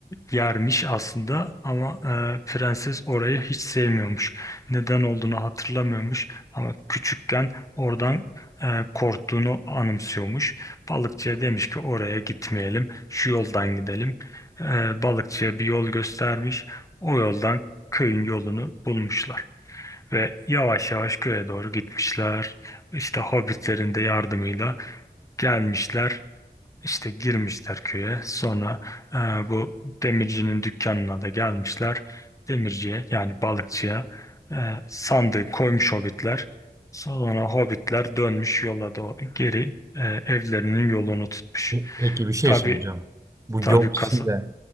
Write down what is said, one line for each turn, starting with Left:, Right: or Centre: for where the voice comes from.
Left: Yarmiş aslında ama e, prenses orayı hiç sevmiyormuş. Neden olduğunu hatırlamıyormuş ama küçükken oradan e, korktuğunu anımsıyormuş. Balıkçıya demiş ki oraya gitmeyelim, şu yoldan gidelim. E, balıkçıya bir yol göstermiş. O yoldan köyün yolunu bulmuşlar. Ve yavaş yavaş köye doğru gitmişler. İşte hobbitlerin de yardımıyla gelmişler. İşte girmişler köye. Sonra e, bu demircinin dükkanına da gelmişler. Demirciye yani balıkçıya e, sandığı koymuş hobbitler. Sonra hobbitler dönmüş yola doğru geri e, evlerinin yolunu tutmuş.
Right: Pe- Peki bir şey
Left: Tabii
Right: soracağım. Bu
Left: tabii
Right: yol üstünde
Left: kazı